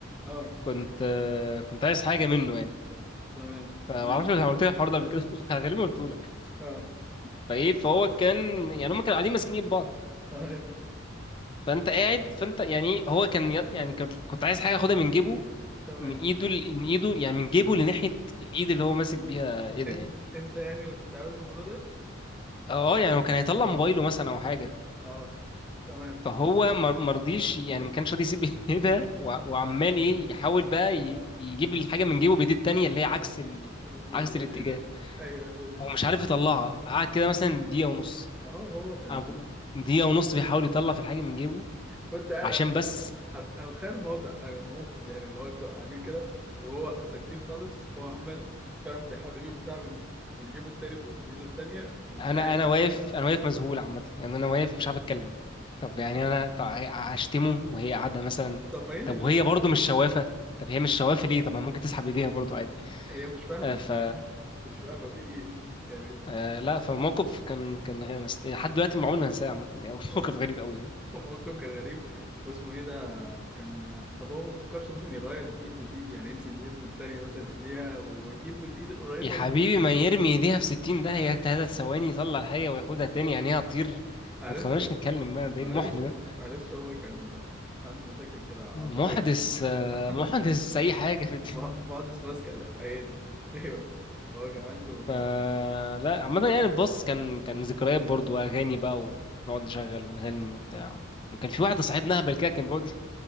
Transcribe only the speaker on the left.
كنت كنت عايز حاجة منه يعني
فمعرفش
لو قلت لك الحوار ده قبل كده <laughs> غالبا قلت لك
فايه فهو كان يعني هم كانوا قاعدين ماسكين ايد بعض
فانت قاعد فانت يعني هو كان ي- يعني كان- كنت عايز حاجه اخدها من جيبه
من ايده ل- من ايده يعني من جيبه لناحيه الايد اللي هو ماسك بيها ايه ده
يعني
اه
يعني هو كان هيطلع موبايله مثلا او حاجه
فهو ما ما رضيش يعني ما كانش راضي يسيب <laughs> ايه ده وع- وعمال ايه يحاول بقى ي- يجيب الحاجه من جيبه بايديه التانيه اللي هي عكس ال...
عكس
الاتجاه
هو مش عارف يطلعها قعد كده مثلا دقيقه ونص
أو- دقيقه ونص بيحاول يطلع في الحاجه من جيبه
عشان
بس
انا
انا واقف انا واقف مذهول عامه يعني انا واقف مش عارف اتكلم طب يعني انا طب هشتمه وهي قاعده مثلا
طب
وهي برضو مش شوافه طب هي
مش شوافه ليه طب ما ممكن تسحب ايديها برضو عادي
آه، ف
آه، لا فموقف كان كان غير مس- يعني لحد دلوقتي عمري ما هنساه عامه يعني <laughs>
موقف غريب قوي يعني
يا حبيبي
ما يرمي ايديها في 60 ده هي ثلاث ثواني يطلع الحاجه وياخدها تاني يعني هي هتطير
ما تخليناش نتكلم بقى ده
ايه المحن ده
محدث آه،
محدث اي حاجه في
فلا عامة يعني الباص كان كان ذكريات برضو أغاني بقى ونقعد نشغل ونغني وبتاع وكان في واحد صاحبنا أهبل كده كان بيقعد <laughs>